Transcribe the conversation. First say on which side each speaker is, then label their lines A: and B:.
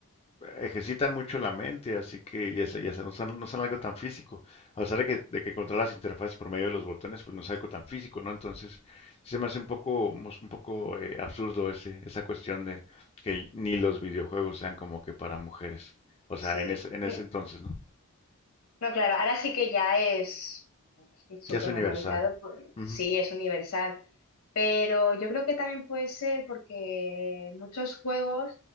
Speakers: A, on the left; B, on the left.
A: ejercitan mucho la mente, así que ya, se- ya se- no son, no son algo tan físico. A pesar de que, de que controlas las interfaces por medio de los botones, pues no es algo tan físico, ¿no? Entonces, sí se me hace un poco, mos- un poco eh, absurdo ese, esa cuestión de que ni los videojuegos sean como que para mujeres. O
B: sí.
A: sea, en ese, en
B: Mm.
A: ese entonces, ¿no?
B: No, claro, ahora sí que ya es súper
A: Ya es universal.
B: normalizado, pues,
A: Ujú,
B: sí, es universal, pero yo creo que también puede ser porque muchos juegos